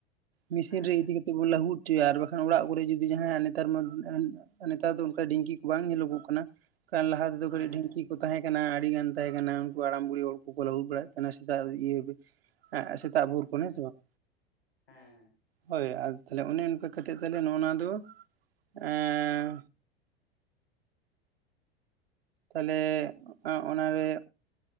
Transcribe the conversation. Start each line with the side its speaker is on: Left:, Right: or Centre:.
Right: ᱢᱤᱥᱤᱱ
Left: ᱦᱮᱸ
Right: ᱨᱮ
Left: ᱦᱮᱸ
Right: ᱤᱫᱤ ᱠᱟᱛᱮᱫ ᱵᱚᱱ ᱞᱟᱦᱩᱫ ᱪᱚᱭᱟ ᱟᱨ ᱵᱟᱠᱷᱟᱱ ᱚᱲᱟᱜ ᱠᱚᱨᱮ ᱡᱩᱫᱤ ᱡᱟᱦᱟᱸᱭᱟᱜ ᱱᱮᱛᱟᱨ ᱢᱟ ᱱᱮᱛᱟᱨ ᱫᱚ ᱚᱝᱠᱟ ᱰᱷᱤᱝᱠᱤ ᱠᱚ ᱵᱟᱝ ᱧᱮᱞᱚᱜᱚᱜ ᱠᱟᱱᱟ᱾ ᱛᱟᱨ ᱞᱟᱦᱟ ᱛᱮᱫᱚ
Left: ᱦᱮᱸ
Right: ᱠᱟᱹᱴᱤᱡ ᱰᱷᱤᱝᱠᱤ ᱠᱚ ᱛᱟᱦᱮᱸ ᱠᱟᱱᱟ ᱟᱹᱰᱤᱜᱟᱱ ᱛᱟᱦᱮᱸ ᱠᱟᱱᱟ
Left: ᱛᱮ-
Right: ᱩᱝᱠᱩ ᱦᱟᱲᱟᱢ ᱵᱩᱲᱦᱤ ᱦᱚᱲ ᱠᱚ ᱠᱚ ᱞᱟᱹᱦᱩᱫ ᱵᱟᱲᱟᱭᱮᱫ ᱛᱟᱦᱮᱱᱟ ᱥᱮᱛᱟᱜ ᱤᱭᱟᱹ ᱥᱮᱛᱟᱜ ᱵᱷᱳᱨ ᱠᱷᱚᱱ ᱦᱮᱸ ᱥᱮ ᱵᱟᱝ
Left: ᱦᱮᱸ ᱦᱮᱸ
Right: ᱦᱳᱭ ᱟᱨ ᱛᱟᱦᱞᱮ ᱚᱱᱮ ᱚᱱᱠᱟ ᱠᱟᱛᱮᱫ ᱛᱟᱦᱞᱮ ᱱᱚᱜ-ᱱᱟ ᱫᱚ ᱮᱸᱻ ᱛᱟᱦᱞᱮ ᱮᱸᱜ ᱚᱱᱟᱨᱮ